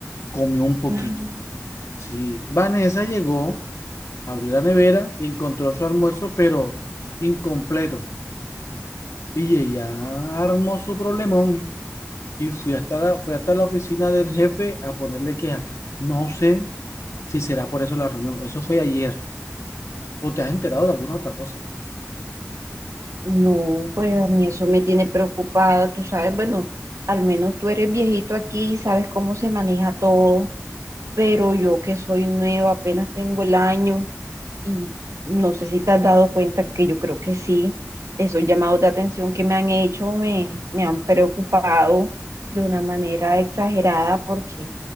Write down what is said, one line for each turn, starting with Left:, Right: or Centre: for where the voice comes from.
Left: comió un poquito.
Right: ay,
Left: Sí, Vanessa llegó Abrió la nevera, encontró su almuerzo, pero incompleto. Y ella armó su problemón y fui hasta la, fue hasta la oficina del jefe a ponerle queja. No sé si será por eso la reunión. Eso fue ayer. ¿O te has enterado de alguna otra cosa?
Right: no, pues a mí eso me tiene preocupada, tú sabes, bueno, al menos tú eres viejito aquí y sabes cómo se maneja todo, pero yo que soy nueva, apenas tengo el año. Y no sé si te has dado cuenta que yo creo que sí, esos llamados de atención que me han hecho me, me han preocupado de una manera exagerada porque